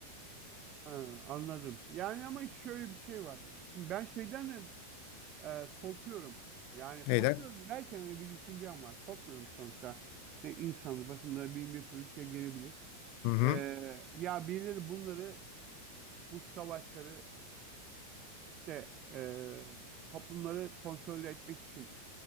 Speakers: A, on the right (about 35°); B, on the left (about 45°).
A: Ha, anladım. Yani ama şöyle bir şey var. Şimdi ben şeyden de e, korkuyorum. Yani
B: Neyden?
A: korkuyorum derken hani bir düşüncem var. Korkmuyorum sonuçta. Ne insanız başımıza bin bir sürü şey gelebilir.
B: Hı hı.
A: E, ya birileri bunları bu savaşları işte e, toplumları konsolide etmek için